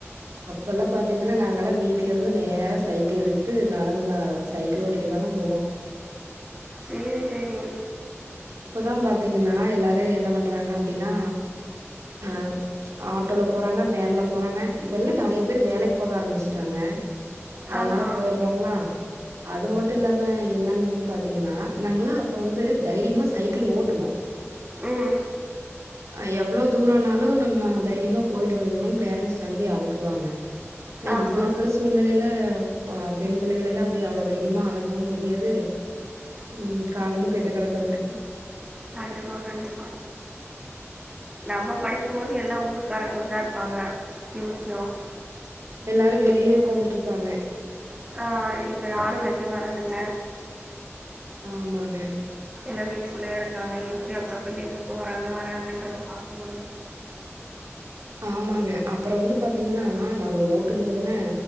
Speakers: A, on the right; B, on the right.
A: அப்பல்லா பாத்திங்கனா நாங்கலா வீட்ல இருந்து நேரா சைக்கிள் எடுத்துட்டு நடந்தா சைக்கிள் ஓட்டிட்டு தாங்க போவோ
B: சேர் சேரிங்
A: அ இப்பதா பாத்திங்கனா எல்லாரு என்ன பண்றாங்க அப்டினா அ ஆட்டோல போறாங்க வேன்ல போறாங்க இப்பலா நெறைய பேர் வேலைக் போக ஆரம்பிச்ட்டாங்க அதனால
B: ஆமா
A: போயர்றாங்ளா அது மட்டு இல்லாம என்னன் வந்து பாத்திங்கனா நாங்கல்லா அப்ப வந்து தைரியமா சைக்கிள் ஓட்டுவோ
B: ம்
A: ஆ எவ்ளோ தூரோனாலு நம்ம தைரியமா போயிட்டு வந்துருவோன் பேரன்ட்ஸ் நம்பி அனுப்புவாங்க ஆனா
B: ஆமா
A: இப்ப இருக்கிற சூழ்நெலையில ப பெண் பிள்ளைகளல்லா அப்டி அவ்ள தைரியமா அனுப்பவு முடியாது ம் காலமு கெட்டு கெடக்குதுங்க
B: கண்டிப்பா கண்டிப்பா நம்ம படிக்கும்போது எல்லா ஊர்க்காரங்களுந்தா இருப்பாங்க <unintelligible>
A: எல்லாரு வெளியவே
B: இப்ப
A: உக்காந்துட்ருப்பாங்க
B: ஆ இப்ப யாரு வெளிய வரதில்ல
A: ஆமாங்க
B: எல்லார் வீட்டுக்குள்ளேயே இருக்காங்க எப்டி அப்றோ பிள்ளைங்க போறாங்க வராங்கன்றத பாக்க முடியும்
A: ஆமாங்க அப்றோ வந்து பாத்தீங்கன்னா நாங்க ஓட்டும் போதுங்க